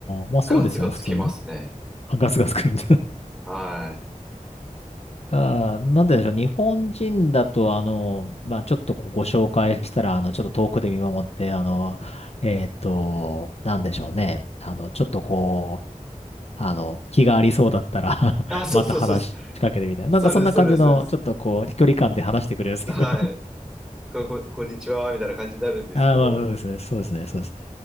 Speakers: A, on the left; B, in the centre.
A: ー、まあそうですよね、
B: ガツガツきますね。
A: 普通にね。あ、ガスガス来るんで。
B: はい。
A: あーなんででしょう。日本人だと、あの、まあ、ちょっとこうご紹介したら、あの、ちょっと遠くで見守って、あの、えーっと、なんでしょうね。あの、ちょっとこう、あの、気がありそうだったら
B: あ、
A: <laughs>
B: そうそうそうです。
A: また話しかけてみたいな。
B: そうです、
A: なんかそんな感じの、
B: そうです、そうです。
A: ちょっとこう、距離感で話してくれるんですけど
B: はい。
A: <laughs>
B: こ、こ、こんにちは、みたいな感じになるんですけど、
A: ああ、まあ、そうですね。そうですね。そうですね。